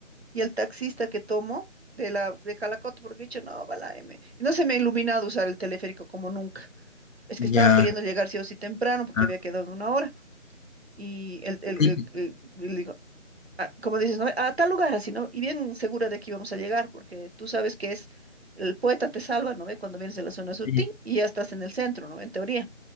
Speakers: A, on the right (about 55°); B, on the left (about 80°).
A: y el taxista que tomo de la de Calacoto, porque he dicho, no, va la M. Y no se me ha iluminado usar el teleférico como nunca. Es
B: ya.
A: que estaba queriendo llegar sí o sí temprano porque
B: Ah,
A: había quedado una hora. Y el, el-
B: Sí,
A: el- el- y le digo, como dices, ¿no? A tal lugar así, ¿no? Y bien segura de que íbamos a llegar, porque tú sabes que es el poeta te salva, ¿no ve? Cuando vienes de la zona sur,
B: sí,
A: ¡ting! y ya estás en el centro, ¿no? En teoría.